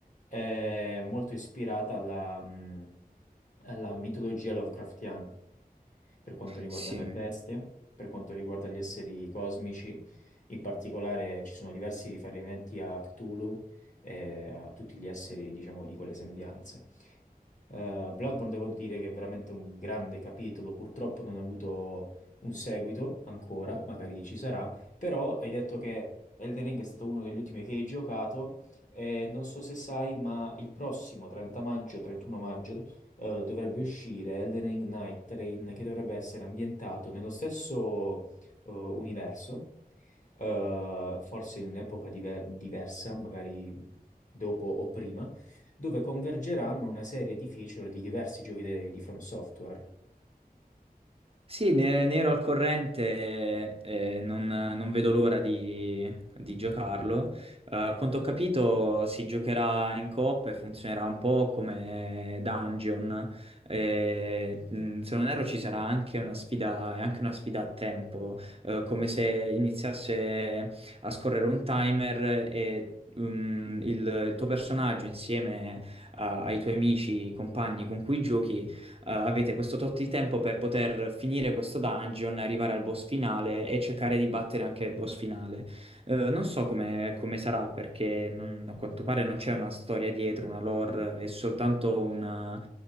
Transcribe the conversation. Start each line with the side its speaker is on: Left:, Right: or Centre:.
Left: è molto ispirata alla, mh, alla mitologia Lovecraftiana, per quanto riguarda
Right: Sì.
Left: le bestie, per quanto riguarda gli esseri cosmici. In particolare ci sono diversi riferimenti a Cthulhu e a tutti gli esseri, diciamo, di quelle sembianze. Eh, Bloodborne devo dire che è veramente un grande capitolo, purtroppo non ha avuto un seguito ancora, magari ci sarà, però hai detto che Elden Ring è stato uno degli ultimi che hai giocato e non so se sai, ma il prossimo 30 maggio, 31 maggio, eh, dovrebbe uscire Elden Ring Night Train che dovrebbe essere ambientato nello stesso eh, universo, eh, forse in un'epoca diver- diversa, magari dopo o prima dove convergeranno una serie di feature di diversi giochi de- di From Software.
Right: Sì, ne, ne ero al corrente, eh, non, non vedo l'ora di, di giocarlo. Eh, a quanto ho capito, si giocherà in coop e funzionerà un po' come Dungeon. Eh, mh, se non erro, ci sarà anche una sfida, è anche una sfida a tempo, eh, come se iniziasse a scorrere un timer e. mh, il, il tuo personaggio insieme a- ai tuoi amici, compagni con cui giochi eh, avete questo tot di tempo per poter finire questo dungeon, arrivare al boss finale e cercare di battere anche il boss finale. Eh, non so come, come sarà perché non- a quanto pare non c'è una storia dietro, una lore, è soltanto una-